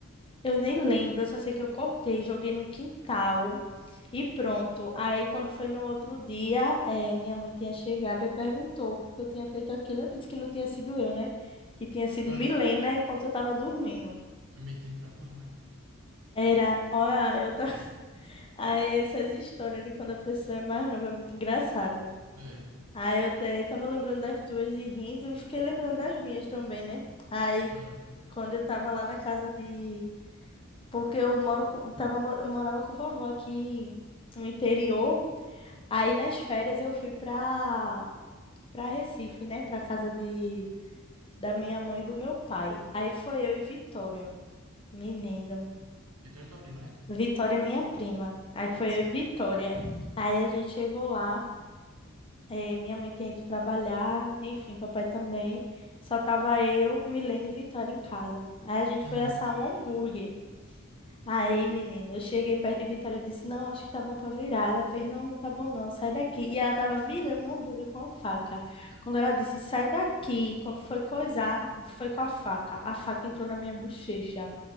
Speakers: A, on the left (about 25°); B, on the right (about 80°).
A: Eu nem lembro, eu só sei que eu cortei, joguei no quintal. E pronto. Aí, quando foi no outro dia, eh, minha mãe tinha chegado e perguntou por que eu tinha feito aquilo. Eu disse que não tinha sido eu, né? Que tinha sido
B: Aham.
A: Milena enquanto eu estava dormindo.
B: É Mentindo pra tua mãe.
A: Era, olha, eu tava... <laughs> Aí, essas histórias de quando a pessoa é mais nova é muito engraçado.
B: É.
A: Aí, eu te- tava lembrando das tuas e rindo, e fiquei lembrando das minhas também, né? Aí,
B: Ah,
A: quando eu tava lá na casa de. Porque eu moro com... tava... mo- eu morava com vovó aqui no interior. Aí nas férias eu fui pra para Recife, né? Para casa de da minha mãe e do meu pai. Aí foi eu e Vitória, menino.
B: Vitória é tua prima, né?
A: Vitória é minha prima. Aí foi
B: Sim.
A: eu e Vitória. Aí a gente chegou lá, eh, minha mãe tinha ido trabalhar, enfim, papai também. Só tava eu, Milene e Vitória em casa. Aí a gente
B: Uhum.
A: foi assar um hambúrguer. Aí, menina, eu cheguei perto de Vitória e disse: Não, acho que tá bom pra virar. Ela fez: Não, não tá bom não, sai daqui. E ela tava virando um hambúrguer com a faca. Quando ela disse: Sai daqui, quando foi coisar, foi com a faca. A faca entrou na minha bochecha.